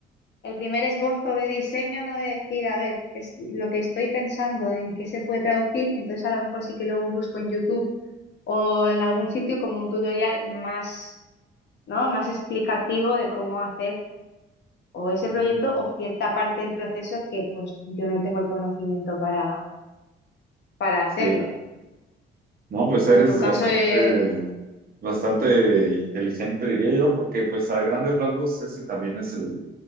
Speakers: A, on the left; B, on the right.
A: el primer esbozo de diseño, ¿no? De decir, a ver, qué es lo que estoy pensando, en qué se puede traducir, y entonces a lo mejor sí que luego busco en YouTube o en algún
B: Ajá.
A: sitio como un tutorial más. ¿no? Más explicativo de cómo hacer o ese
B: Ujú.
A: proyecto o cierta parte del proceso que pues yo no tengo el conocimiento para, para hacerlo.
B: Sí. No, pues eres
A: O en tu
B: bastante,
A: caso es...
B: bastante inteligente, diría yo, porque pues a grandes rasgos ese también es el,